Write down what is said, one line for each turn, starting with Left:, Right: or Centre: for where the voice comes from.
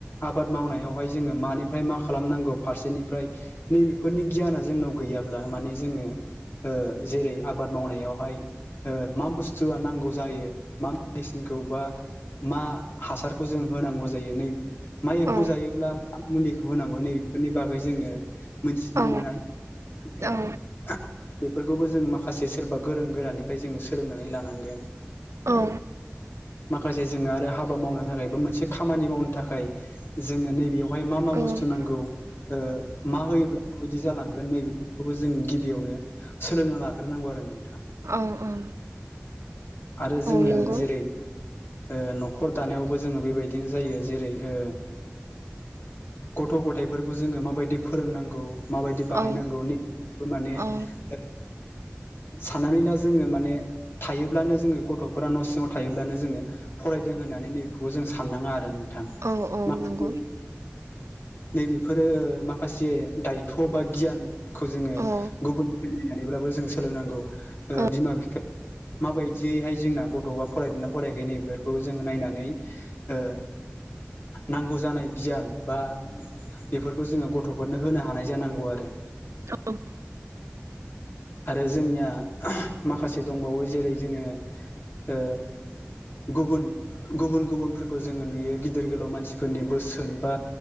Left: आबाद मावनायावहाय जोङो मानिफ्राय मा खालामनांगौ फारसेनिफ्राय नैबेफोरनि गियाना जोंनाव गैया गैयाब्ला माने जोंङो ओ जेरै आबाद मावनायावहाय ओ मा बुस्थुआ नांगौ जायो मा मेडिसिनखौ बा मा हासारखौ जों होनांग जायो नै मा एम्फौ
Right: औ
Left: जायोब्ला मा मुलिखौ होनांगौ नै बेफोरनि बागै जोंङो मोनथिनो
Right: औ
Left: मोननाय <unintelligible>
Right: औ
Left: बेफोरखौबो जों माखासे सोरबा गोरों गोरानिफ्राय जोंङो सोलोंनानै लानांगोन
Right: औ
Left: माखासे जोंङो आरो हाबा मावनो थाखायबो मोनसे खामानि मावनो थाखाय जोंङो नैबेयावहाय मा मा
Right: औ
Left: बुस्थु नांगौ ओ मा होयोब्ला माबायदि जालांगोन नैबे बे खौबो जों गिबियावनो सोलोंना लाग्रोनांगौ आरो नों
Right: औ औ
Left: आरो जोंङो
Right: नंगौ
Left: जेरै ओ न'खर दानायावबो जोंङो बेबायदिनो जायो जेरै ओ गथ' गथायाइफोरखौ जोंङो माबायदि फोरोंनांगौ माबायदि बानायनांगौ
Right: औ
Left: नि माने
Right: औ
Left: ओ साननानै ला जोंङो माने थायोब्लानो जोंङो गथ'फोरा न' सिङाव थायोब्लानो जोंङो फरायदों होननानै नैबेखौ जों साननाङा आरो नोंथां
Right: औ औ
Left: माखासे
Right: नंगौ
Left: नैबेफोरो माखासे दायथ' बा गियान खौ जोङो
Right: औ
Left: गुबुननिफ्राय नायनानैब्लाबो जों सोलोंनांगौ ओ
Right: औ
Left: बिमा बिफाया माबायदियैहाय जोंना गथ'आ फरायदोंना फरायखाय नै बेफोरखौबो जोङो नायनानै ओ नांगौ जानाय गियान बा बेफोरखौ जोङो गथ'फोरनो होनो हानाय जानांगौ आरो
Right: औ
Left: आरो जोंनिया माखासे दंबावो जेरै जोङो ओ गुबुन गुबुन गुबुनफोरखौ जोङो नुयो गिदिर गोलाव मानसिफोरनि बोसोन बा